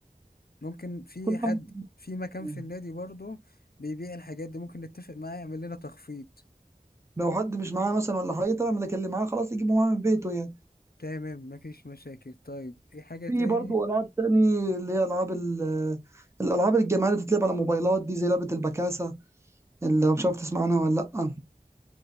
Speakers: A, on the left (about 80°); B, on the right (about 20°).
A: ممكن في
B: كل
A: حد
B: واحد
A: في مكان
B: آه،
A: في النادي برضو بيبيع الحاجات دي ممكن نتفق معاه يعمل لنا تخفيض
B: لو حد مش معاه مثلا ولا حاجه تمام لكن اللي كلم معاه خلاص يجيبه معاه من بيته يعني
A: تمام مفيش مشاكل طيب ايه حاجة
B: في
A: تاني
B: برضه العاب تاني اللي هي العاب ال- الالعاب الجماعيه اللي بتتلعب على موبايلات دي زي لعبه البكاسه اللي مش عارف تسمع عنها ولا لا